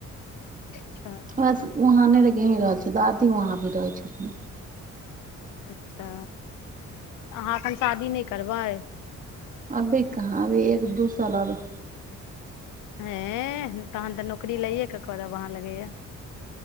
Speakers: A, on the left; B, on the right.
A: अच्छा
B: बस वहाँ नहि रह यी रहल छै दादी वहाँ भी रहै छथिन
A: अच्छा अहाँ एखन शादी नहि करबै
B: अभी कहाँ अभी एक दूसाल अओर
A: हे तहन तऽ नौकरी लैएके करब वाँ लगे य